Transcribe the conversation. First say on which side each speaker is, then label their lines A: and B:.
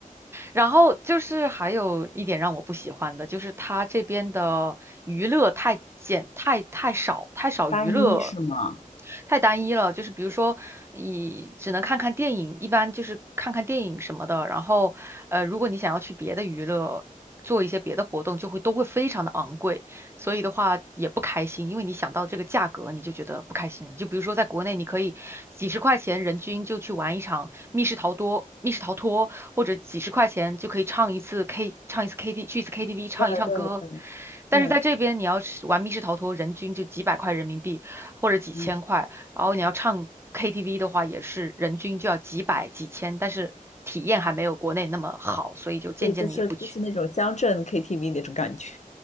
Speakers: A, on the right; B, on the left.
A: 然后就是还有一点让我不喜欢的，就是他这边的娱乐太简，太太少，太少娱乐。
B: 单一是吗？
A: 太单一了，就是比如说，你只能看看电影，一般就是看看电影什么的。然后，呃，如果你想要去别的娱乐，做一些别的活动，就会都会非常的昂贵。所以的话也不开心，因为你想到这个价格，你就觉得不开心了。就比如说在国内，你可以几十块钱人均就去玩一场密室逃脱、密室逃脱，或者几十块钱就可以唱一次 K，唱一次 KT，去一次 KTV 唱一唱歌。
B: 对，对对
A: 但是在这边，
B: 对，
A: 你要是玩密室逃脱，人均就几百块人民币或者几千块，
B: 嗯，
A: 然后你要唱 KTV 的话，也是人均就要几百几千，但是体验还没有国内那么好，所以就渐渐的也不去。
B: 对，就是就是那种乡镇 KTV 那种感觉。